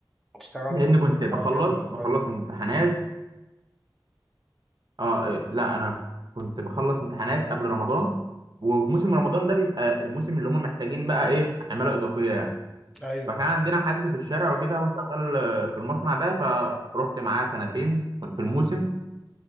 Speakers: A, in the centre; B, on the right.
A: اشتغلت
B: لان
A: في مصنع
B: كنت بخلص
A: حلويات وانا صغير
B: بخلص امتحانات اه آه، لا انا كنت بخلص امتحانات قبل رمضان وموسم رمضان ده بيبقى الموسم اللي هم محتاجين بقى ايه عماله اضافيه يعني
A: ايوه
B: فكان عندنا حد في الشارع وكده هو شغال آه، في المصنع ده فروحت معاه سنتين في الموسم